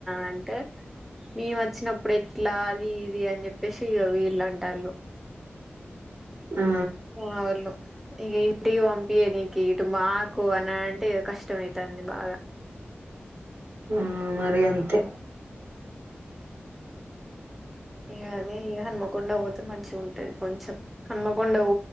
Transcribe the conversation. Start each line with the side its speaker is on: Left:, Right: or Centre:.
Centre: అని మేము వచ్చినప్పుడు ఎట్లా అది ఇది అని చెప్పేసిగ వీళ్ళ వీళ్ళు ఆటలు
Right: ఆ
Centre: మావోలు ఇక ఇంటి పంపియ్యరు మాకు అంటే కష్టం అవుతుంది బాగా
Right: ఉ మరి అంతే
Centre: ఈగ అదే హన్మకొండ పోతే మంచి ఉంటది కొంచెం హన్మకొండ